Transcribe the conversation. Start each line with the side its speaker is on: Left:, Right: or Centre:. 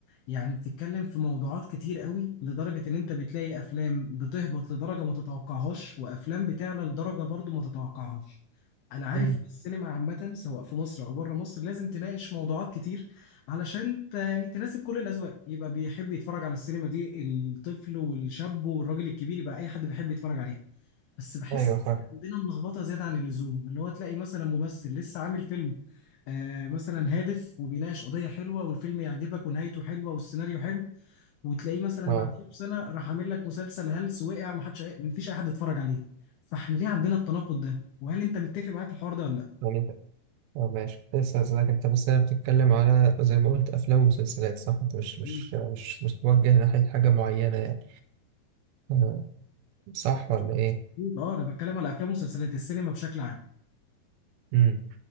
Left: يعني بتتكلم في موضوعات كتير قوي لدرجه ان انت بتلاقي افلام بتهبط لدرجه ما تتوقعهاش وافلام بتعلى لدرجه برضو ما تتوقعهاش انا عارف
Right: مم.
Left: إن السينما عامه سواء في مصر او بره مصر لازم تناقش موضوعات كتير علشان ت- يعني تناسب كل الاذواق يبقى بيحب يتفرج على السينما دي الطفل والشاب والراجل الكبير يبقى اي حد بيحب يتفرج عليها بس بحس
Right: ايوه فاهم
Left: عندنا ملخبطه زياده عن اللزوم اللي هو تلاقي مثلا ممثل لسه عامل فيلم آه مثلا هادف وبيناقش قضيه حلوه والفيلم يعجبك ونهايته حلوه والسيناريو حلو وتلاقيه مثلا
Right: اه
Left: بعديه بسنه راح عامل لك مسلسل هلس وقع ما حدش ما فيش اي حد اتفرج عليه فاحنا ليه عندنا التناقض ده وهل انت متفق معايا في الحوار ده ولا لا
Right: يعني انت اه ماشي كنت لسه هسألك انت بص انا بتتكلم على زي ما قلت افلام ومسلسلات صح انت مش مش
Left: مم.
Right: مش مش متوجه ناحية حاجة معينة يعني آه، صح ولا ايه؟
Left: اه انا بتكلم على افلام ومسلسلات السينما بشكل عام
Right: مم.